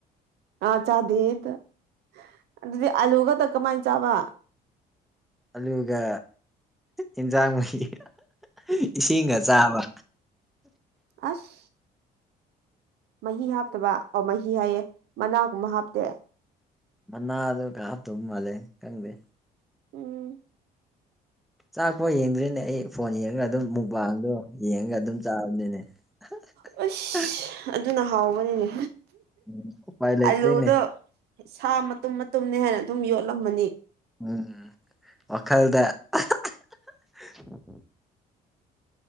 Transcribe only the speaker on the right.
ꯑꯥ ꯆꯥꯗꯦꯇ ꯑꯗꯨꯗꯤ ꯑꯂꯨꯒꯗ ꯀꯃꯥꯏꯅ ꯆꯥꯕ
ꯑꯁ ꯃꯍꯤ ꯍꯥꯞꯇꯕ ꯑꯣ ꯃꯍꯤ ꯍꯥꯏꯌꯦ ꯃꯅꯥꯒꯨꯝꯕ ꯍꯥꯞꯇꯦ
ꯎꯝ
ꯑꯁ
ꯑꯗꯨꯅ ꯍꯥꯎꯕꯅꯤꯅꯦ
ꯑꯂꯨꯗꯣ ꯁꯥ ꯃꯇꯨꯝ ꯃꯇꯨꯝꯅꯤ ꯍꯥꯏꯅ ꯑꯗꯨꯝ ꯌꯣꯠꯂꯝꯃꯅꯤ